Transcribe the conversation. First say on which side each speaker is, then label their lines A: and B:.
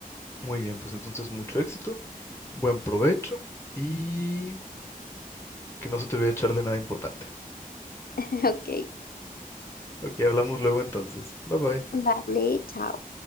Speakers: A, on the left; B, on the left.
A: Muy bien, pues entonces mucho éxito. buen provecho y que no se te olvide echarle nada importante.
B: <laughs> Ok.
A: Ok, hablamos luego entonces. Bye bye.
B: Vale, chao.